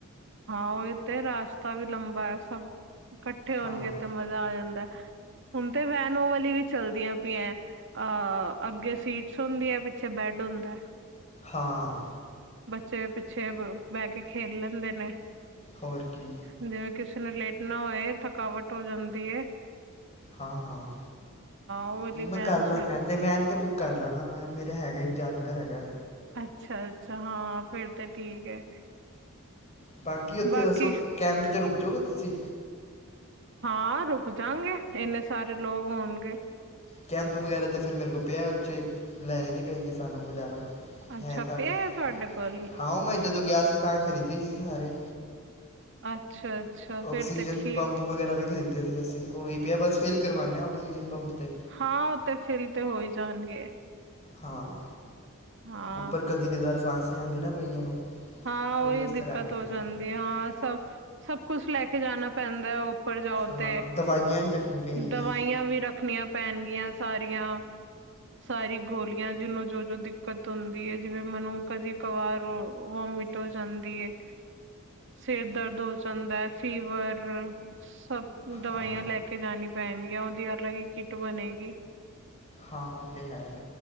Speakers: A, on the right; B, on the left.
A: ਹਾਂ, ਉਹ ਹੀ ਤੇ ਰਸਤਾ ਵੀ ਲੰਬਾ ਹੈ। ਸਭ ਇਕੱਠੇ ਹੋਣਗੇ
B: ਹਾਂ
A: ਤੇ ਮਜ਼ਾ ਆ ਜਾਂਦਾ, ਹੁਣ ਤੇ ਵੈਨ ਉਹ ਵਾਲੀ ਵੀ ਚਲਦੀਆਂ ਪਈਆਂ ਅਹ ਅੱਗੇ ਸੀਟਸ ਹੁੰਦੀ ਹੈ, ਪਿੱਛੇ ਬੈੱਡ ਹੁੰਦਾ।
B: ਹਾਂ।
A: ਬੱਚੇ ਪਿੱਛੇ ਬਹਿ ਕੇ ਖੇਲ ਲੈਂਦੇ ਨੇ।
B: ਹੋਰ ਕੀ
A: ਜਿਵੇਂ ਕਿਸੇ ਨੇ ਲੇਟਣਾ ਹੋਏ, ਥਕਾਵਟ ਹੋ ਜਾਂਦੀ ਏ।
B: ਹਾਂ ਹਾਂ
A: ਉਹ ਵਾਲੀ
B: <unintelligible>
A: ਵੈਨ ਚ
B: ਤੇ ਵੈਨ ਤੇ ਬੁੱਕ ਕਰ ਲੈਣਾ ਮੈਂ, ਮੇਰਾ ਹੈਗਾ ਇੱਕ ਜਾਣਕਰ ਹੈਗਾ
A: ਅੱਛਾ -ਅੱਛਾ ਹਾਂ, ਫਿਰ ਤਾਂ ਠੀਕ ਹੈ।
B: ਬਾਕੀ ਉੱਥੇ
A: ਬਾਕੀ
B: ਦੱਸੋ, ਕੈਂਪ 'ਚ ਰੁਕ ਜੋਗੇ ਤੁਸੀਂ?
A: ਹਾਂ, ਰੁਕ ਜਾਣਗੇ ਇੰਨੇ ਸਾਰੇ ਲੋਕ ਹੋਣਗੇ।
B: ਕੈਂਪ ਵਗੈਰਾ ਤਾਂ ਫਿਰ ਮੇਰੇ ਕੋਲ ਪਿਆ ਉੱਚ ਲੈਣੀ ਭੇਜਨੀ ਨਹੀਂ ਪੈਣੀ ਸਾਨੂੰ ਬਜ਼ਾਰੋਂ
A: ਅੱਛਾ
B: ਹੈ ਘਰ
A: ਪਿਆ
B: ਲੱਗੇ
A: ਹੈ
B: ਤੁਹਾਡੇ
A: ਕੋਲ
B: ਹਾਂ ਉਹ ਮੈਂ ਜਦੋਂ ਗਿਆ ਸੀ ਤਾਂ ਖਰੀਦੇ ਸੀ ਸਾਰੇ
A: ਅੱਛਾ -ਅੱਛਾ!
B: ਆਕਸੀਜਨ
A: ਫਿਰ ਤੇ ਠੀਕ
B: ਪੰਪ ਵਗੈਰਾ ਵੀ ਖਰੀਦਿਆ ਸੀ, ਅਸੀਂ ਉਹ ਵੀ ਪਿਆ ਬਸ ਫਿਲ ਕਰਵਾਨੇ ਆਕਸੀਜਨ ਪੰਪ 'ਤੇ
A: ਹਾਂ ਉਹ ਤੇ ਫਿਲ ਤੇ ਹੋਈ ਜਾਣਗੇ
B: ਹਾਂ,
A: ਹਾਂ
B: ਉੱਪਰ ਕਦੀ ਕਧਾਰ ਸਾਂਸ ਨਹੀਂ ਆਉਂਦੀ ਨਾ ਕਈਆਂ ਨੂੰ
A: ਹਾਂ,
B: ਤੇ
A: ਉਹੀ
B: ਉਹਦੇ ਵਾਸਤੇ
A: ਦਿੱਕਤ
B: ਰੱਖ ਲੈਂਦਾ
A: ਹੋ ਜਾਂਦੀ
B: ਮੈਂ।
A: ਐ। ਸਭ ਸਭ ਕੁਛ ਲੈ ਕੇ ਜਾਣਾ ਪੈਂਦਾ ਉੱਪਰ ਜਾਓ
B: ਹਾਂ
A: ਤੇ
B: ਦਵਾਈਆਂ ਹੀ ਰੱਖਣੀ ਪੈਣਗੀ
A: ਦਵਾਈਆਂ ਵੀ ਰੱਖ ਰੱਖਣੀਆਂ ਪੈਣਗੀਆਂ, ਸਾਰੀਆਂ ਸਾਰੀ ਗੋਲੀਆਂ ਜਿਹਨੂੰ ਜੋ ਜੋ ਦਿਕ ਦਿੱਕਤ ਹੁੰਦੀ ਹੈ ‌ਜਿਵੇਂ ਮੈਨੂੰ ਕਦੇ ਕਵਾਰ ਵੋਮਿਟ ਹੋ ਜਾਂਦੀ ਏ ਸਿਰ ਦਰਦ ਹੋ ਜਾਂਦਾ ਹੈ, ਫੀਵਰ। ਸਭ ਦਵਾਈਆਂ
B: ਹਾਂ
A: ਲੈ ਕੇ ਜਾਣੀ ਪੈਣਗੀ ਆ। ਉਹਦੀ ਅਲੱਗ ਹੀ ਕਿੱਟ ਬਣੇਗੀ।
B: ਹਾਂ, ਉਹ ਤੇ ਹੈ।